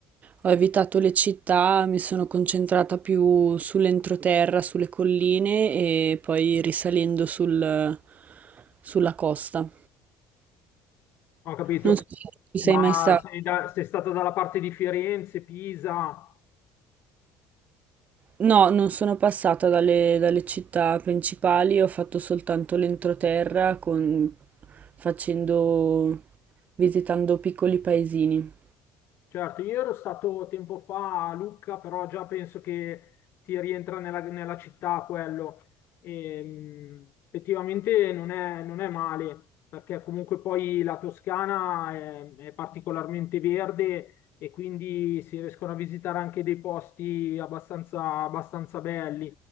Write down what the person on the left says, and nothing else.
Ho capito.
Ma
sei, da- sei stata dalla parte di Firenze, Pisa?
Certo, io ero stato tempo fa a Lucca, però già penso che ti rientra nella, nella città quello. E, mh, effettivamente non è, non è male, perché comunque poi la Toscana è, è particolarmente verde e quindi si riescono a visitare anche dei posti abbastanza, abbastanza belli.